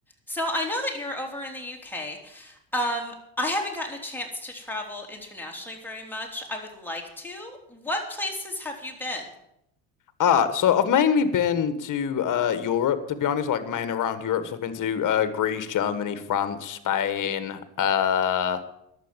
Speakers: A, in the centre; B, on the left.
A: So I know that you're over in the UK. Um, I haven't gotten a chance to travel internationally very much. I would like to. What places have you been?
B: Ah, so I've mainly been to uh Europe to be honest, like main around Europe. So I've been to uh Greece, Germany, France, Spain, uh